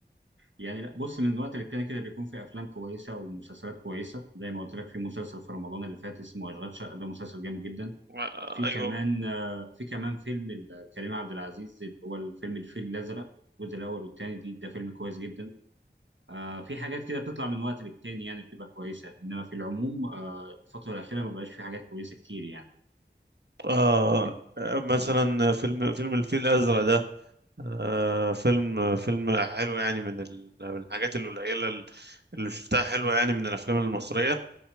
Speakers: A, on the right (about 85°); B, on the right (about 65°).
A: يعني لا بص من وقت للتاني كده بيكون في افلام كويسه ومسلسلات كويسه زي ما قلت لك في مسلسل في رمضان اللي فات اسمه اشغال شقه ده مسلسل جامد جدا
B: آه،
A: في
B: ايوه
A: كمان آه، في كمان فيلم ال- كريم عبد العزيز اللي هو الفيلم الفيل الازرق الجزء الاول والثاني دي ده فيلم كويس جدا آه، في حاجات كده بتطلع من وقت للتاني يعني بتبقى كويسه انما في العموم آه، الفتره الاخيره ما بقاش في حاجات كويسه كتير يعني
B: آه،
A: إن-
B: آه، مثلا
A: م.
B: فيلم فيلم الفيل الازرق ده آه فيلم فيلم حلو يعني من ال- من الحاجات القليلة ال- اللي شفتها حلوة يعني من الأفلام المصرية